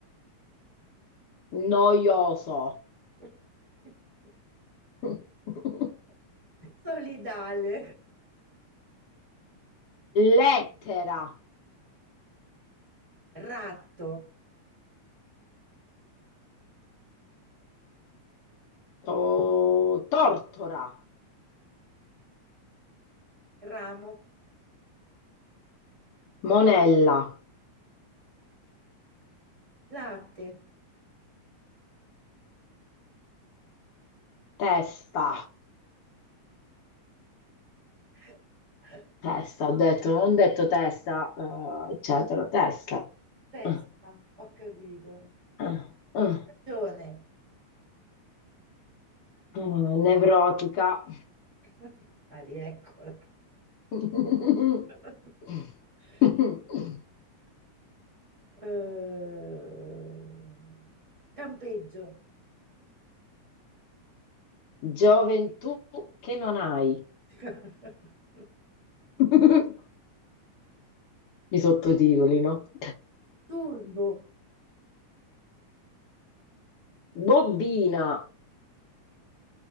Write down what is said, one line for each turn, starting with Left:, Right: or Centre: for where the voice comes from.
Left: Noioso.
Right: <laughs>
Left: <laughs>
Right: solidale,
Left: Lettera.
Right: ratto.
Left: To- tortora.
Right: ramo,
Left: Monella.
Right: latte,
Left: Testa.
Right: <laughs>
Left: Testa, ho detto, non ho detto testa, eh, eccetera, testa.
Right: Testa,
Left: Ah,
Right: ho capito.
Left: ah, ah,
Right: ragione.
Left: ah, Nevrotica.
Right: <laughs> Ah, rieccola.
Left: <laughs>
Right: <laughs> Eh, campeggio.
Left: Gioventù che non hai.
Right: <laughs>
Left: <laughs> I sottotitoli, no?
Right: Turbo.
Left: Bobbina.